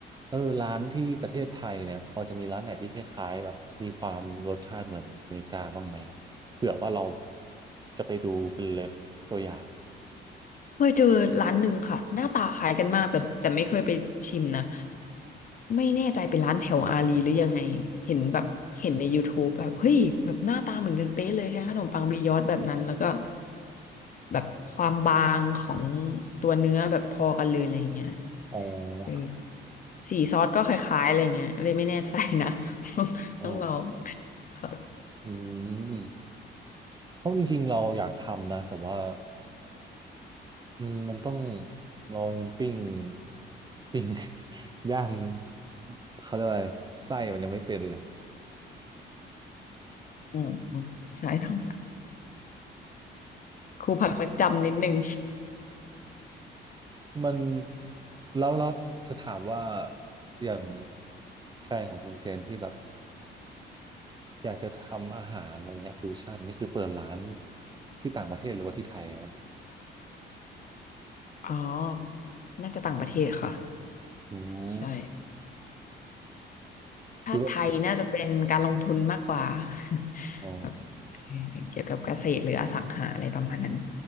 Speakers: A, on the right; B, on the left.
A: เออร้านที่ประเทศไทยเนี่ยพอจะมีร้านไหนที่คล้ายๆแบบมีความรสชาติเหมือนอเมริกาบ้างไหมเผื่อว่าเราจะไปดูเป็นเลฟตัวอย่าง
B: เคยเจอร้านหนึ่งค่ะหน้าตาคล้ายกันมากแต่แต่ไม่เคยไปชิมนะไม่แน่ใจเป็นร้านแถวอารีหรือยังไงเห็นแบบเห็นใน YouTube แบบเฮ้ยแบบหน้าตาเหมือนกันเป๊ะเลยใช้ขนมปังบียอดแบบนั้นแล้วก็แบบความบางของตัวเนื้อแบบพอกันเลยอะไรอย่างเงี้ย
A: อ๋อ
B: เออ
A: ครับ
B: สีซอสก็คล้ายๆอะไรอย่างเงี้ยเลยไม่แน่ใจนะ <laughs> ต้องต้องลอง
A: อ๋อ
B: ค่ะ
A: อืมเพราะจริงๆเราอยากทำนะแต่ว่า อืมมันต้องเรายังปิ้ง <laughs> ปิ้ง <laughs> ย่างเขาเรียกว่าอะไรไส้มันยังไม่เป็นเลย
B: อืมใช่ต้องครูผักรักจำนิดนึง
A: มันแล้วเราจะถามว่าอย่างแพลนของคุณเจนที่แบบอยากจะทำอาหารอะไรเงี้ยฟิวชั่นนี่คือเปิดร้านที่ต่างประเทศหรือว่าที่ไทยครับ
B: อ๋อ น่าจะต่างประเทศค่ะ
A: อืม
B: ใช่ ถ้าไทยน่าจะเป็นการลงทุนมากกว่า
A: คิดว่า
B: <laughs>
A: อ๋อ
B: แบบเอ่อเกี่ยวกับเกษตรหรืออสังหาอะไรประมาณนั้น